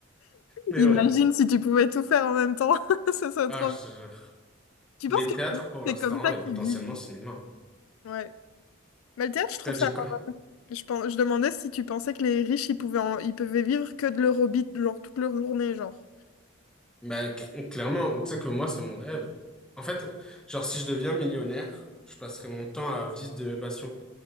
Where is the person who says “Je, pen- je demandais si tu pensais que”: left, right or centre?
Left